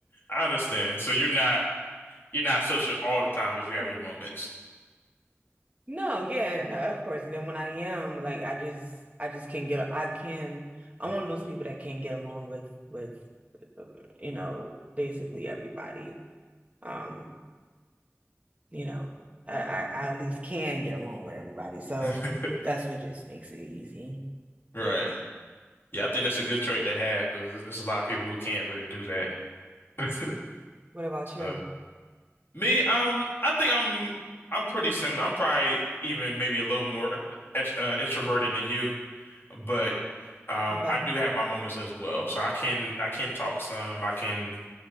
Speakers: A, on the left (about 50°); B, on the right (about 30°).
A: I understand. So you're not you're not social all the time, but you have
B: <laughs>
A: your moments.
B: No, yeah, no, of course. And then when I am, like, I just, I just can't get, I can, I'm
A: Mhm.
B: one of those people that can't get along with, with, you know, basically everybody. Um, you know, I,
A: Okay.
B: I, I at least can get along with everybody. So
A: <laughs>
B: that's what just makes it easy.
A: Right. Yeah, I think that's a good trait to have because there's there's a lot of people who can't really do that. <laughs>
B: What about
A: So
B: you?
A: me, um, I think I'm I'm pretty similar. I'm probably even maybe a little more ex- uh, introverted than you, but um,
B: Okay.
A: I do have my moments as well. So I can I can talk some. I can